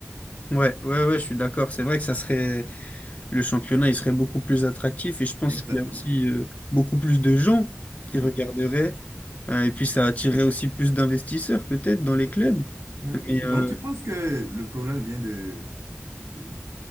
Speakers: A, on the left; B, on the right.
A: ouais, ouais, ouais, je suis d'accord. C'est vrai que ça serait. le championnat il serait beaucoup plus attractif et je pense
B: Exactement.
A: qu'il y a aussi euh, beaucoup plus de gens qui
B: Mhm.
A: regarderaient Euh, et puis ça attirerait aussi plus d'investisseurs peut-être dans les
B: Oui.
A: clubs.
B: Mhm.
A: Mais euh,
B: Donc, tu penses que le problème vient de, de-